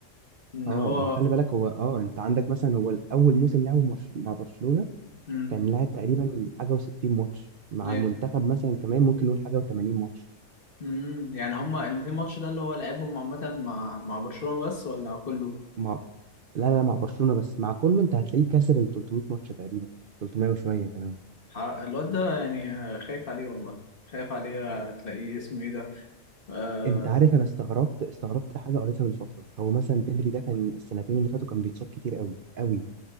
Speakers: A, on the left; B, on the right.
A: ان
B: اه
A: هو
B: ما هو خلي بالك هو اه انت عندك مثلا هو اول موسم لعبه مش- مع برشلونه
A: امم
B: كان لعب تقريبا حاجه و60 ماتش مع
A: ايه
B: منتخب مثلا كمان ممكن نقول حاجه و80 ماتش
A: امم يعني هما ال 200 ماتش ده اللي هو لعبهم عامه مع مع برشلونه بس ولا كله
B: مع لا لا مع برشلونة بس مع كله انت هتلاقيه كسر ال 300 ماتش تقريبا 300 وشوية كمان
A: ح- الواد ده يعني آه، خايف عليه والله خايف عليه تلاقيه اسمه ايه ده اه,
B: انت عارف انا استغربت استغربت حاجة قريتها من فترة هو مثلا بدري ده كان السنتين اللي فاتوا كان بيتصاب كتير قوي قوي